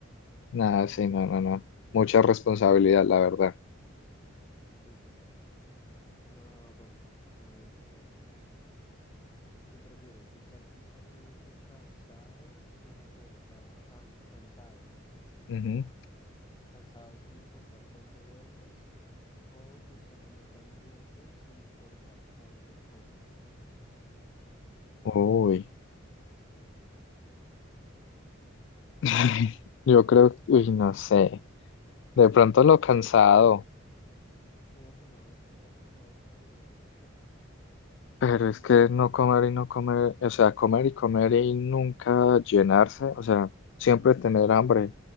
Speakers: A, on the left; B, on the left.
A: Nada, sí, no, no, no. Mucha responsabilidad, la verdad.
B: Sí, total. No, bueno, a ver qué. ¿Qué prefieres? ¿Estar constantemente casado sin importar... Ah, cansado. <laughs> Dice que casado.
A: Ujú.
B: Cansado sin importar cuánto duermas o constantemente hambriento sin importar cuánto comas. Uf,
A: Uy.
B: uy no, qué mierda. <laughs>
A: <laughs> Yo creo, uy, no sé. De pronto lo cansado,
B: Uy no, es que estar cansado es una mierda.
A: pero es que no comer y no comer, o sea, comer y comer y nunca llenarse, o sea, siempre tener hambre.